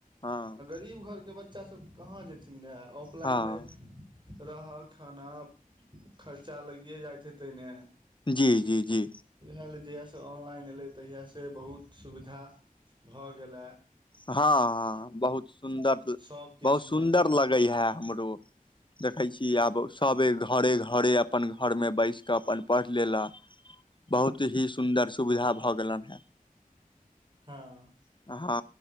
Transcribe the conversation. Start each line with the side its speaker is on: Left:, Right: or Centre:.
Left: हँ
Right: रीब घरके बच्चा सब कहाँ जेथिन रैं ऑफलाइनमे
Left: हँ
Right: रहऽ खाना खर्चा लगिये जाइत हेतै ने।
Left: जी-जी-जी।
Right: इहै ले जहिया से ऑनलाइन एलै तहिया से बहुत सुविधा भऽ गेलए।
Left: हँ-हँ बहुत सुन्दर ल
Right: सभ किछुमे
Left: बहुत सुंदर लग रैहै हमरो, देखै छी आब सबे घरे-घरे अपन घरमे बैस कऽ अपन पढ़ि लेला, बहुत ही सुन्दर सुविधा भऽ गेलनि हैं।
Right: हँ।
Left: हँ